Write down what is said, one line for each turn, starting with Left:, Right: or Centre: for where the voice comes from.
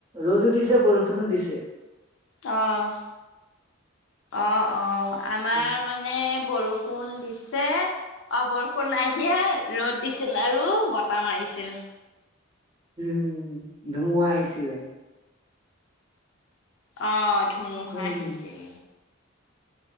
Right: ৰ'দো দিছে বৰষুণো দিছে।
Left: অ- অ- অ, আমাৰ
Right: উম,
Left: মানে মানে বৰষুণ দিছে অ, বৰষুণ নাই দিয়া, ৰ'দ দিছিল আৰু বতাহ মাৰিছিল।
Right: উম, ধুমুহা আহিছিলে।
Left: অ, ধুমুহা
Right: উম,
Left: আহিছিল।